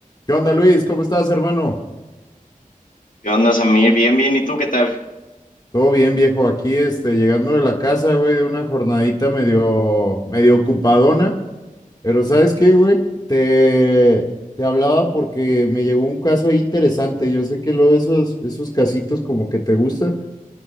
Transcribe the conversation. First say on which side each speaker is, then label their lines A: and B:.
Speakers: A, on the left (about 30°); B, on the left (about 70°).
A: ¿Qué onda, Luis? ¿Cómo estás, hermano?
B: ¿Qué onda, Samir? Bien, bien. ¿Y tú qué tal?
A: Todo bien, viejo. Aquí, este, llegando de la casa, güey, de una jornadita medio, medio ocupadona. Pero ¿sabes qué, güey? Te, te hablaba porque me llegó un caso ahí interesante. Yo sé que luego esos, esos casitos como que te gusta,